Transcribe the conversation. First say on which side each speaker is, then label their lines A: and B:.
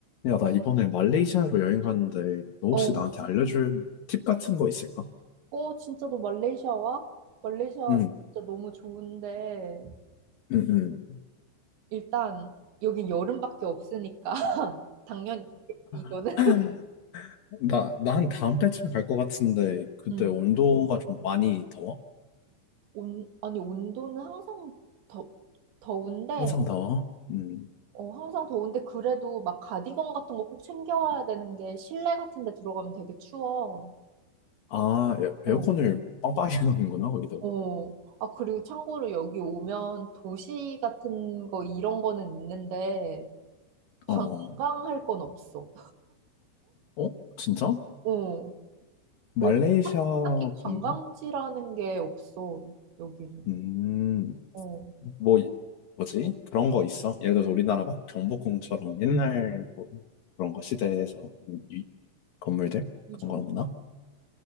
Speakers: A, on the left; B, on the right.
A: 야, 나 이번에 말레이시아로 여행 가는데, 너
B: 어.
A: 혹시 나한테 알려줄 팁 같은 거 있을까?
B: 어, 진짜 너 말레이시아 와? 말레이시아
A: 응,
B: 진짜 너무 좋은데,
A: 응, 응.
B: 일단, 여긴 여름밖에 없으니까, <laughs> 당연히, 이거는.
A: <clears throat> <laughs> 나, 나 한 다음 달쯤에 갈 것 같은데, 그때
B: 음.
A: 온도가 좀 많이 더워?
B: 온, 아니, 온도는 항상 더, 더운데,
A: 항상 더워? 음.
B: 어, 항상 더운데, 그래도 막 가디건 같은 거 꼭 챙겨와야 되는 게, 실내 같은 데 들어가면 되게 추워.
A: 아, 에-
B: 어,
A: 에어컨을 빵빵히 넣는구나 거기다. <laughs>
B: 어. 아, 그리고 참고로 여기 오면 도시 같은 거, 이런 거는 있는데, 관광할
A: 어, 어.
B: 건 없어.
A: 어? 진짜?
B: 어.
A: 말레이시아
B: 왜냐면 딱히
A: 관광?
B: 관광지라는 게 없어, 여기는.
A: 음,
B: 어,
A: 뭐, 이- 뭐지? 그런 거 있어? 예를 들어서 우리나라 막 경복궁처럼 옛날 뭐 그런 거 시대에서 건물들?
B: 진짜.
A: 그런 건 없나?